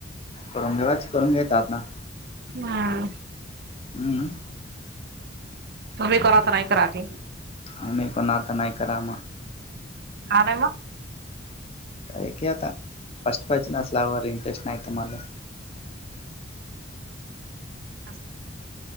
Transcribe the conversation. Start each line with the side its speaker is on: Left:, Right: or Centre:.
Left: करून घेवाच करून घेतात ना?
Right: हम्.
Left: हम्म.
Right: तुम्ही करा तर नाही करा क?
Left: आम्ही पणआत्ता ना करा म.
Right: आर म?
Left: का की आता, फर्स्ट असलावर इंटरेस्ट नाही तम्हाला.
Right: अ <inaudible>